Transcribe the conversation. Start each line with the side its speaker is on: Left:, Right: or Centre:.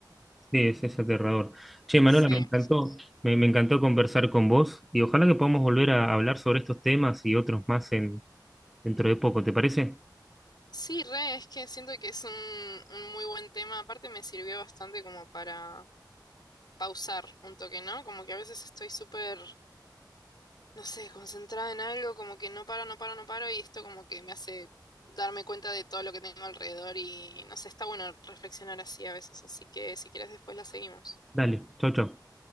Centre: Sí, es, es aterrador. Che, Manuela,
Left: Sí.
Centre: me encantó, me, me encantó conversar con vos y ojalá que podamos volver a hablar sobre estos temas y otros más en, dentro de poco, ¿te parece?
Left: Sí, re, es que siento que es un, un muy buen tema. Aparte me sirvió bastante como para pausar un toque, ¿no? Como que a veces estoy súper, no sé, concentrada en algo, como que no paro, no paro, no paro, y esto como que me hace darme cuenta de todo lo que tengo alrededor y no sé, está bueno reflexionar así a veces, así que si quieres después la seguimos.
Centre: Dale, chau, chau.